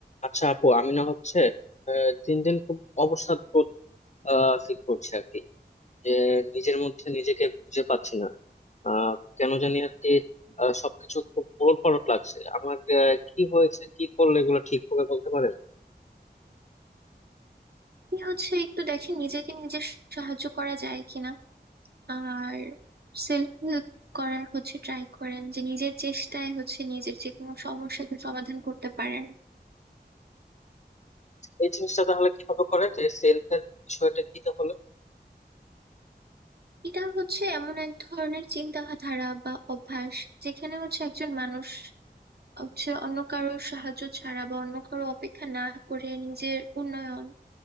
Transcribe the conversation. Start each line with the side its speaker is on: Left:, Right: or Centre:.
Left: আচ্ছা আপু আমি না হচ্ছে আহ, দিন দিন খুব অবসাদ বোধ ফিল করছি আর কি যে নিজের মধ্যে নিজেকে খুঁজে পাচ্ছি না আহ, কেন জানি আর কি আহ, সবকিছু খুব ওলটপালট লাগছে আমার আহ, কি হয়েছে কি করলে এগুলো ঠিক হবে বলতে পারেন
Right: কি হচ্ছে একটু দেখি নিজেকে নিজে সাহায্য করা যায় কিনা আর সেলফ হেল্প করার হচ্ছে ট্রাই করেন যে নিজের চেষ্টায় হচ্ছে নিজের যে কোনো সমস্যাকে সমাধান করতে পারেন
Left: এই জিনিসটা তাহলে কিভাবে করে যে সেলফ এর বিষয়টা কি তাহলে
Right: এটা হচ্ছে এমন এক ধরনের চিন্তাধারা বা অভ্যাস যেখানে হচ্ছে একজন মানুষ হচ্ছে অন্য কারোর সাহায্য ছাড়া বা অন্য কারো অপেক্ষা না করে নিজের উন্নয়ন